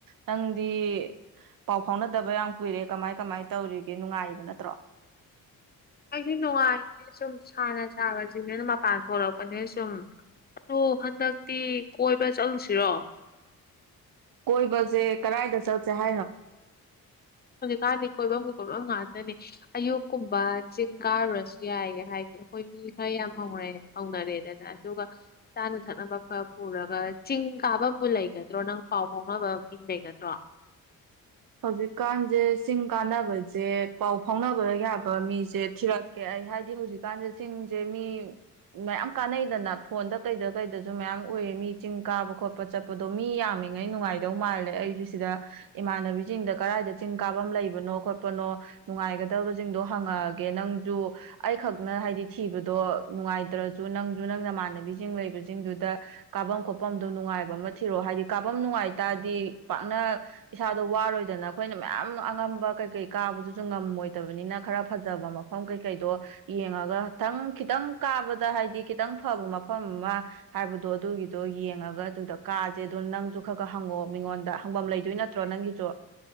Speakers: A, on the right; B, on the left.
A: ꯅꯪꯗꯤ ꯄꯥꯎ ꯐꯥꯎꯅꯗꯕ ꯌꯥꯝ ꯀꯨꯏꯔꯦ ꯀꯃꯥꯏ ꯀꯃꯥꯏ ꯇꯧꯔꯤꯒꯦ ꯅꯨꯡꯉꯥꯏꯔꯤꯕ ꯅꯠꯇ꯭ꯔꯣ
B: ꯑꯩꯁꯨ ꯅꯨꯡꯉꯥꯏꯌꯦꯦ ꯁꯨꯝ ꯁꯥꯅ ꯁꯥꯕꯁꯤꯡꯅꯅ ꯃꯄꯥꯟ ꯊꯣꯛꯂꯛꯄꯅꯦ ꯁꯨꯝ ꯑꯗꯣ ꯍꯟꯗꯛꯇꯤ ꯀꯣꯏꯕ ꯆꯠꯂꯨꯁꯤꯔꯣ
A: ꯀꯣꯏꯕꯁꯦ ꯀꯗꯥꯏꯗ ꯆꯠꯁꯦ ꯍꯥꯏꯅꯣ
B: ꯍꯧꯖꯤꯛꯀꯥꯟꯗꯤ ꯀꯣꯏꯐꯝꯒꯤ ꯀꯣꯏꯐꯝ ꯉꯥꯛꯇꯅꯦ ꯑꯌꯨꯛꯀꯨꯝꯕ ꯆꯤꯡ ꯀꯥꯔꯨꯔꯁꯨ ꯌꯥꯏꯌꯦ ꯍꯥꯏꯗꯤ ꯑꯩꯈꯣꯏ ꯃꯤ ꯈꯔ ꯌꯥꯝ ꯍꯧꯅ ꯍꯧꯅꯔꯦꯗꯅ ꯑꯗꯨꯒ ꯆꯥꯅ ꯊꯛꯅꯕ ꯈꯔ ꯄꯨꯔꯒ ꯆꯤꯡ ꯀꯥꯐꯝꯕꯨ ꯂꯩꯒꯗ꯭ꯔꯣ ꯅꯪ ꯄꯥꯎ ꯐꯥꯎꯅꯕ ꯃꯤ ꯂꯩꯒꯗ꯭ꯔꯣ
A: ꯍꯧꯖꯤꯛꯀꯥꯟꯁꯦ ꯆꯤꯡ ꯀꯥꯟꯅꯕꯁꯦ ꯄꯥꯎ ꯐꯥꯎꯅꯕ ꯌꯥꯕ ꯃꯤꯁꯦ ꯊꯤꯔꯛꯀꯦ ꯑꯩ ꯍꯥꯏꯗꯤ ꯍꯧꯖꯤꯛꯀꯥꯟꯁꯦ ꯆꯤꯡꯁꯦ ꯃꯤ ꯃꯌꯥꯝ ꯀꯥꯟꯅꯩꯗꯅ ꯐꯣꯟꯗ ꯀꯩꯗ ꯀꯩꯗꯁꯨ ꯃꯌꯥꯝ ꯎꯏꯌꯦ ꯃꯤ ꯆꯤꯡ ꯀꯥꯕ ꯈꯣꯠꯄ ꯆꯠꯄꯗꯣ ꯃꯤ ꯌꯥꯝꯃꯤꯉꯩ ꯅꯨꯡꯉꯥꯏꯗꯧ ꯃꯥꯜꯂꯦ ꯑꯩꯁꯨ ꯁꯤꯗ ꯏꯃꯥꯟꯅꯕꯤ ꯆꯤꯡꯗ ꯀꯗꯥꯏꯗ ꯆꯤꯡ ꯀꯥꯐꯝ ꯂꯩꯕꯅꯣ ꯈꯣꯠꯄꯅꯣ ꯅꯨꯡꯉꯥꯏꯒꯗꯕꯁꯤꯡꯗꯣ ꯍꯪꯉꯛꯑꯒꯦ ꯅꯪꯁꯨ ꯑꯩꯈꯛꯅ ꯍꯥꯏꯗꯤ ꯊꯤꯕꯗꯣ ꯅꯨꯡꯉꯥꯏꯇ꯭ꯔꯁꯨ ꯅꯪꯁꯨ ꯅꯪ ꯅꯃꯥꯟꯅꯕꯤꯁꯤꯡ ꯂꯩꯕꯁꯤꯡꯗꯨꯗ ꯀꯥꯐꯝ ꯈꯣꯠꯐꯝꯗꯣ ꯅꯨꯡꯉꯥꯏꯕ ꯑꯃ ꯊꯤꯔꯛꯑꯣ ꯍꯥꯏꯗꯤ ꯀꯥꯐꯝ ꯅꯨꯡꯉꯥꯏ ꯇꯥꯔꯗꯤ ꯄꯥꯛꯅ ꯏꯁꯥꯗꯣ ꯋꯥꯔꯣꯏ ꯑꯗꯨꯗꯅ ꯑꯩꯈꯣꯏꯅ ꯃꯌꯥꯝ ꯑꯉꯝꯕ ꯀꯩꯀꯩ ꯀꯥꯕꯗꯨꯁꯨ ꯉꯝꯃꯣꯏꯗꯕꯅꯤꯅ ꯈꯔ ꯐꯖꯕ ꯃꯐꯝ ꯀꯩꯀꯩꯗꯣ ꯌꯦꯡꯉꯒꯊꯪ ꯈꯤꯇꯪ ꯀꯥꯕꯗ ꯍꯥꯏꯗꯤ ꯈꯤꯇꯪ ꯐꯕ ꯃꯐꯝ ꯑꯃ ꯍꯥꯏꯕꯗꯣ ꯑꯗꯨꯒꯤꯗꯣ ꯌꯦꯡꯉꯒ ꯑꯗꯨꯗ ꯀꯥꯁꯦ ꯑꯗꯨ ꯅꯪꯁꯨ ꯈꯔ ꯈꯔ ꯍꯪꯉꯑꯣ ꯃꯤꯉꯣꯟꯗ ꯍꯪꯐꯝ ꯂꯩꯗꯣꯏ ꯅꯠꯇ꯭ꯔꯣ ꯅꯪꯒꯤꯁꯨ